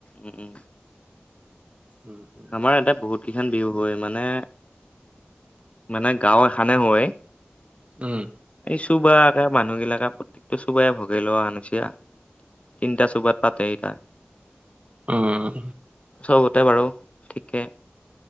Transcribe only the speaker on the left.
উম উম।
আমাৰ ইয়াতে বহুত কেইখনান বিহু হয় মানে মানে গাঁও এখনে হয়।
এই চোবাকে মানুহ বিলাকে প্ৰত্যেকটো চোবাইে ভগাই লোৱা আনচা। তিনিটা চুবাত পাতে ইটা।
চবতে বাৰু ঠিকেই।